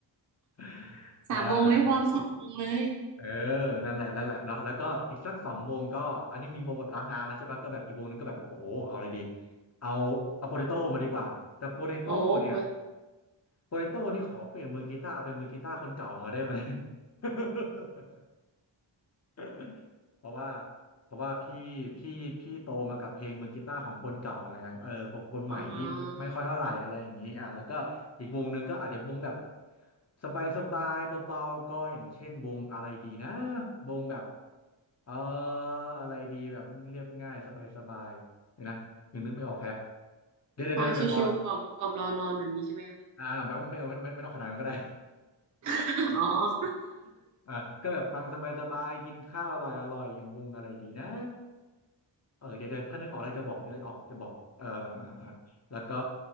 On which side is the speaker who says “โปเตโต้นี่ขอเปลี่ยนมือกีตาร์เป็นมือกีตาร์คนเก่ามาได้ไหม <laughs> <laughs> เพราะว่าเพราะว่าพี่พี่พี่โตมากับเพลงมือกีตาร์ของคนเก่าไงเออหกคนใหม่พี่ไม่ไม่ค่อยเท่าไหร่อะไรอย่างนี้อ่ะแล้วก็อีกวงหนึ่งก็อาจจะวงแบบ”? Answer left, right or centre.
Left